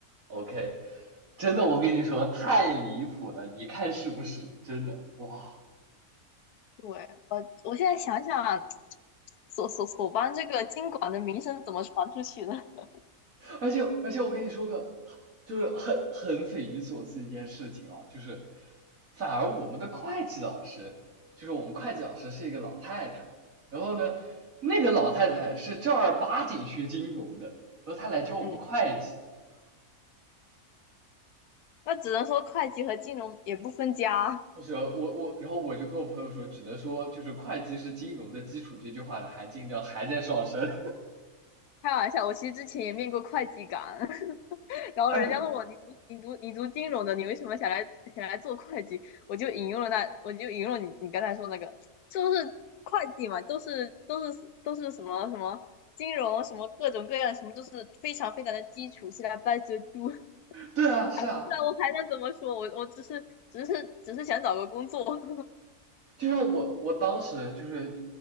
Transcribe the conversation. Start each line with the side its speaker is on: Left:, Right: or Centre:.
Right: OK，真的，我跟你说太离谱了，你看是不是？真的，哇！
Left: 对，我我现在想想，所所所邦这个经管的名声怎么传出去的？<laughs>
Right: 而且而且我跟你说个，就是很很匪夷所思一件事情啊，就是反而我们的会计老师，就是我们会计老师是一个老太太，然后呢，那个老太太是正儿八经学金融的，然后她来教我们会计。
Left: 嗯，那只能说会计和金融也不分家。
Right: 就是我我，然后我就跟我朋友说，只能说就是会计是金融的基础这句话的含金量还在上升。
Left: 开玩笑，我其实之前也面过会计岗，<laughs> 然后人家问我你读你读你读金融的，
Right: <laughs> 哎，我
Left: 你为什么想来想来做会计？我就引用了那我就引用了你你刚才说那个，就是会计嘛，都是都是都是什么什么金融什么各种各样什么，都是非常非常的基础，是来 by the do。
Right: 对啊，是啊，
Left: 还那我还能怎么说？我我只是只是只是想找个工作，<laughs>
Right: 就像我我当时就是